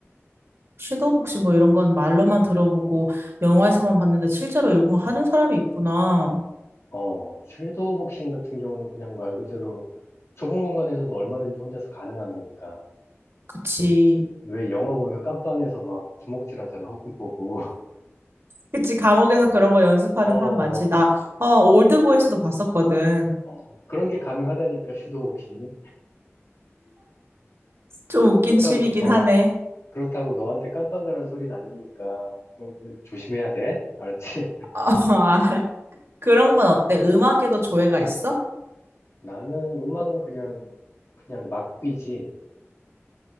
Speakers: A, on the right (about 60°); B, on the left (about 70°).
A: 섀도우복시 뭐 이런 건 말로만 들어보고 영화에서만 봤는데 실제로 이런 거 하는 사람이 있구나.
B: 어, 섀도우 복싱 같은 경우는 그냥 말 그대로 좁은 공간에서도 얼마든지 혼자서 가능한 거니까.
A: 그치.
B: 왜 영화 보면 깜빵에서 막 주먹질 하잖아, 허공 보고. <laughs>
A: 그치. 감옥에서 그런 거 연습하는
B: 어,
A: 사람 많지. 나, 어, 올드보이스도 봤었거든.
B: 어, 그런 게 가능하다니까, 섀도우복싱이.
A: 좀 웃긴
B: 그렇다고,
A: 취미긴
B: 어,
A: 하네.
B: 그렇다고 너한테 깜빵가란 소리는 아니니까, 그럼 그- 조심해야 돼. 알았지? <laughs>
A: 어, <laughs> 알아. 그런 건 어때? 음악에도 조예가 있어?
B: 나는 음악은 그냥, 그냥 막 귀지.